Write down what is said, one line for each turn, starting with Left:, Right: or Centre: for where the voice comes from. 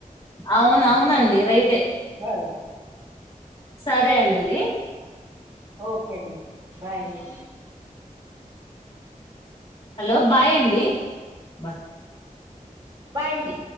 Left: అవున అవునండి రైటే
Right: అ
Left: సరే అండి వి
Right: ఓకే అండి బాయ్ అండి
Left: హలో బాయ్ అండి బాయ్
Right: బాయండి